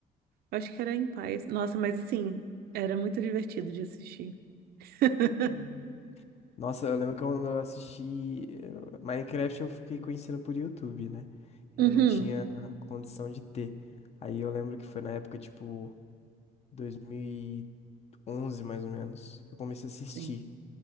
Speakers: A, on the right (about 75°); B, on the left (about 40°).
A: Eu acho que era Empires. Nossa, mas assim, era muito divertido de assistir. <laughs>
B: Uhum. Nossa, eu lembro que quando eu assisti eu- Minecraft, eu fiquei conhecendo por YouTube, né? Eu
A: Uhum.
B: não tinha condição de ter. Aí eu lembro que foi na época, tipo, 2011, mais ou menos, que eu comecei a assistir.
A: Sim.